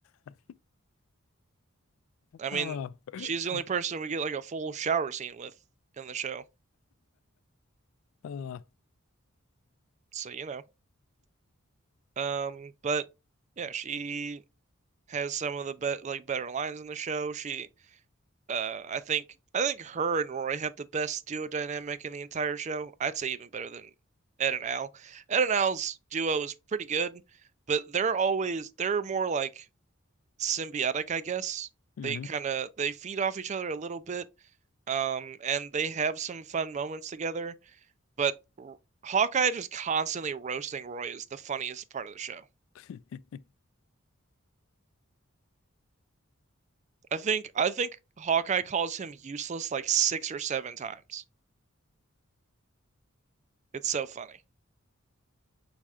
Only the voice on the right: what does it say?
I mean,
she's
the only person we get like a full shower scene with in the show,
so you know. Um, but yeah, she has some of the be like better lines in the show. She Uh, I think I think her and Roy have the best duo dynamic in the entire show. I'd say even better than Ed and Al. Ed and Al's duo is pretty good, but they're always they're more like symbiotic, I guess.
They kind of they feed off each other a little bit, um, and they have some fun moments together. But R- Hawkeye just constantly roasting Roy is the funniest part of the show.
I think I think Hawkeye calls him useless like six or seven times. It's so funny.